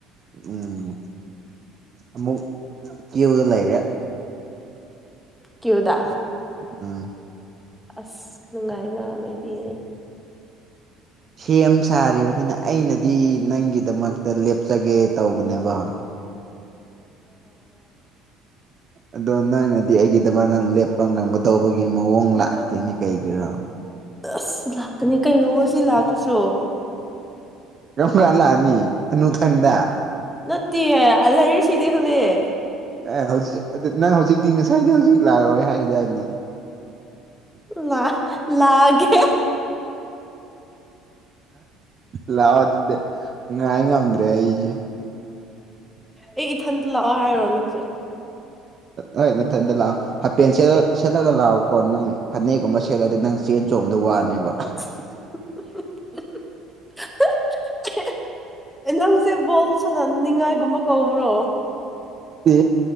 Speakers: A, on the right; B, in the centre.
A: ꯎꯝ ꯑꯃꯨꯛ ꯀꯨꯌꯗ ꯂꯩꯔꯦ
B: ꯀꯌꯨꯗ
A: ꯑꯝ
B: ꯑꯁ ꯅꯨꯡꯉꯥꯏꯅ ꯅꯣꯏꯗꯤ
A: ꯁꯦꯝ ꯁꯥꯔꯤꯕꯅꯤꯅ ꯑꯩꯅꯗꯤ ꯅꯪꯒꯤ ꯗꯃꯛꯇ ꯂꯦꯞꯆꯒꯦ ꯇꯧꯕꯅꯦꯕ ꯑꯗꯣ ꯅꯪꯅꯗꯤ ꯑꯩꯒꯤꯗꯃꯛ ꯅꯪ ꯂꯦꯞꯄ ꯉꯝꯒꯗꯧꯕꯒꯤ ꯃꯑꯣꯡ ꯂꯥꯛꯇꯦꯅꯦ
B: ꯑ
A: ꯀꯩꯒꯤꯔꯣ
B: ꯑꯁ ꯂꯥꯛꯀꯅꯤ ꯀꯩꯅꯣ ꯉꯁꯤ ꯂꯥꯛꯇ꯭ꯔꯁꯨ
A: ꯌꯥꯝ ꯂꯥꯛꯑꯅꯤ ꯍꯥꯅꯨꯡ ꯊꯪꯗ
B: ꯅꯠꯇꯤ ꯑꯜ ꯁꯤꯗꯦ ꯍꯧꯖꯤꯛ
A: ꯑꯦ ꯍꯧꯖꯤꯛ ꯅꯪ ꯍꯧꯖꯤꯛꯇꯤ ꯉꯁꯥꯏꯗꯤ ꯍꯧꯖꯤꯛ ꯂꯥꯛꯑꯣꯏ ꯍꯥꯏꯗꯥꯏꯅꯦ
B: ꯂ ꯂꯛ ꯑꯥꯒꯦ
A: ꯂꯥꯛꯑꯣ ꯑꯗꯨꯗꯤ ꯉꯥꯏ ꯉꯝꯗ꯭ꯔꯦ ꯑꯩꯁꯦ
B: ꯑꯩ ꯏꯊꯟꯇ ꯂꯥꯛꯑꯣ ꯍꯥꯏꯔꯣ ꯅꯪꯁ
A: ꯍꯣꯏ ꯅꯊꯟꯗ ꯂꯛꯑꯣ ꯍꯥꯄꯦꯟ ꯁꯦꯠ ꯁꯦꯠꯂꯒ ꯂꯥꯛꯑꯣꯀꯣ ꯅꯪ ꯐꯅꯦꯛꯒꯨꯝꯕ ꯁꯦꯠꯂꯗꯤ ꯅꯪ ꯆꯦꯟ ꯆꯣꯡꯕꯗ ꯋꯥꯅꯦꯕ
B: <unintelligible> ꯅꯪꯁꯦ ꯕꯣꯜ ꯁꯅꯅꯤꯡꯉꯥꯏꯒꯨꯝꯕ ꯀꯧꯕ꯭ꯔꯣ
A: ꯏ